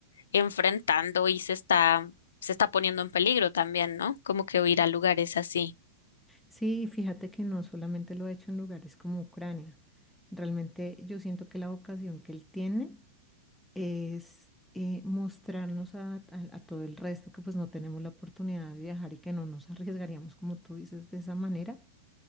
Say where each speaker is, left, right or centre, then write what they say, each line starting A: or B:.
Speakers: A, on the left (about 80°); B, in the centre.
A: enfrentando y se está, se está poniendo en peligro también, ¿no? Como que ir a lugares así.
B: Sí, fíjate que no solamente lo ha hecho en lugares como Ucrania. Realmente yo siento que la vocación que él tiene es eh, mostrarnos a, a- a todo el resto que pues no tenemos la oportunidad de viajar y que no nos arriesgaríamos, como tú dices, de esa manera